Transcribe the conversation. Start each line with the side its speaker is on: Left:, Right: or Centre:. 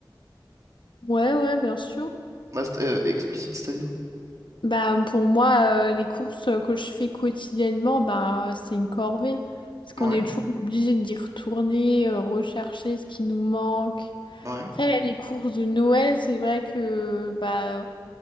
Left: Ouais, ouais, bien sûr.
Right: Bah, c'est- euh, explicite, c'est-à-dire.
Left: Bah, pour moi, euh, les courses que je fais quotidiennement, bah, c'est une corvée. Parce qu'on
Right: Ouais,
Left: est toujours obligé d'y retourner, euh, rechercher ce qui nous manque.
Right: ouais.
Left: Après, les courses de Noël, c'est vrai que bah,